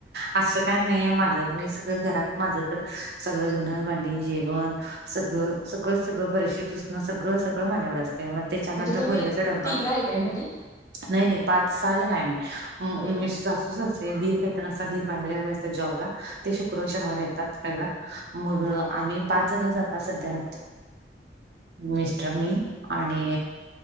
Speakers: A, on the right (about 70°); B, on the left (about 20°).
A: असं काही नाहीे माझं मीच. स घरात माझ तर सगळं ुन मांडी जेवण. सगळं सगळं सगळं बरेशी पुसण सगळं. सगळं माझ्याकडं
B: होय
A: असतय मग त्याच्यानंतर
B: म्हणजे तुम्ही
A: पोरग्याचा डबा
B: तिघा आहे काय
A: ह.
B: घरी
A: नाही नाही पाच सहा जण आहे
B: होय
A: मी मी
B: का?
A: सासूस असेधीर खेळताना असता धीर बाहेर गेवे अस. जॉबला ते शुक्रवार शनिवारी येतात घरला मग आम्ही पाच जण जाता सध्या राहते मिस्टर मी. आणि